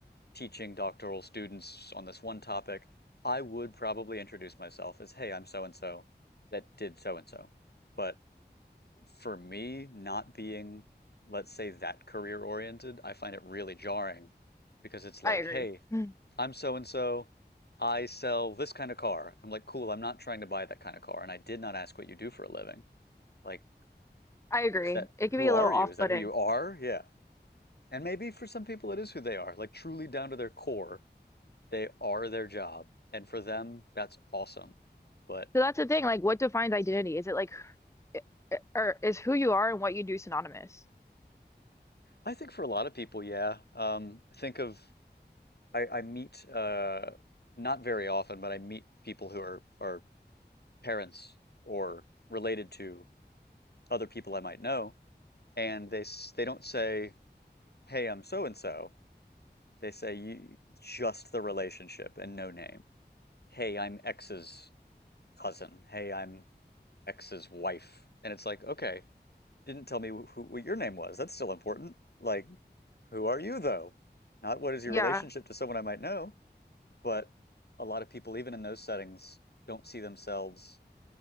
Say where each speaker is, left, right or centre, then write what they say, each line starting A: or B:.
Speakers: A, on the left; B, on the left.
A: teaching doctoral students on this one topic, I would probably introduce myself as, hey, I'm so and so that did so and so. But for me, not being, let's say, that career oriented, I find it really jarring because it's like,
B: I agree.
A: hey,
B: Mm.
A: I'm so and so. I sell this kind of car. I'm like, cool, I'm not trying to buy that kind of car. And I did not ask what you do for a living. Like,
B: I agree.
A: is that
B: It
A: who
B: can be
A: are
B: a little off-putting.
A: you? Is that who you are? Yeah. And maybe for some people it is who they are, like truly down to their core. They are their job. And for them, that's awesome. But
B: So that's the thing, like what defines identity? Is it like eh, eh, or is who you are and what you do synonymous?
A: I think for a lot of people, yeah. Um, think of, I, I meet, uh, not very often, but I meet people who are, are parents or related to other people I might know. And they, s- they don't say, Hey, I'm so and so. They say you, just the relationship and no name. Hey, I'm X's cousin. Hey, I'm X's wife. And it's like, okay, didn't tell me who, who, what your name was. That's still important. Like, who are you though? Not what is your
B: Yeah.
A: relationship to someone I might know, but a lot of people, even in those settings, don't see themselves